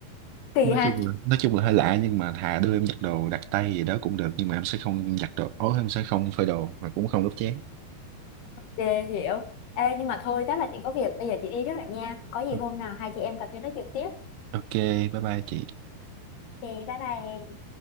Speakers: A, on the left (about 70°); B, on the right (about 85°).
A: kỳ
B: nói
A: ha
B: chung là nói chung là hơi lạ nhưng mà thà đưa em giặt đồ đặt tay gì đó cũng được nhưng mà em sẽ không giặt đồ ố em sẽ không phơi đồ mà cũng không ướp chén
A: Dê, hiểu Ê, nhưng mà thôi chắc là chị có việc bây giờ chị đi trước lại nha có gì
B: Ừ,
A: hôm nào hai chị em cà phê nói chuyện tiếp
B: ok bye bye chị
A: thì bye bye em.